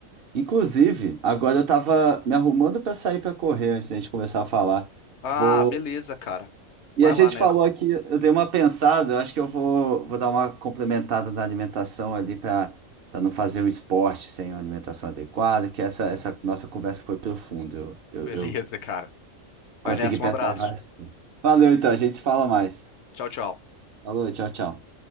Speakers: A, on the right; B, on the left.
A: Inclusive, agora eu tava me arrumando pra sair pra correr antes da gente começar a falar.
B: Ah,
A: Vou
B: beleza, cara.
A: e
B: Vai
A: a gente
B: lá nessa.
A: falou aqui, eu dei uma pensada, eu acho que eu vou, vou dar uma complementada na alimentação ali para para não fazer um esporte sem uma alimentação adequada, que essa, essa nossa conversa foi profunda. Eu, eu,
B: Beleza,
A: eu
B: cara.
A: consegui
B: Vai nessa,
A: pensar
B: um abraço.
A: em várias coisas. Valeu, então, a gente se fala mais.
B: Tchau, tchau.
A: Falou, tchau, tchau.